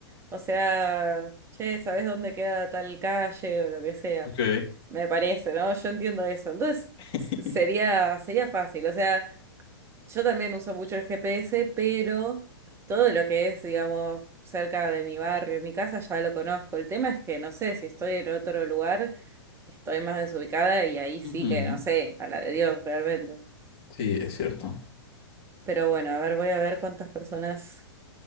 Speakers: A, on the right; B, on the left.
A: o sea, che, ¿sabés dónde queda tal calle o lo que sea?
B: Ok.
A: Me parece, ¿no? Yo entiendo eso. Entonces,
B: <laughs>
A: s- sería, sería fácil. O sea, yo también uso mucho el GPS, pero todo lo que es, digamos, cerca de mi barrio, mi casa, ya lo conozco. El tema es que no sé si estoy en otro lugar. estoy más desubicada y ahí sí
B: Ujú.
A: que no sé, a la de Dios realmente.
B: Sí, es cierto.
A: Pero bueno, a ver, voy a ver cuántas personas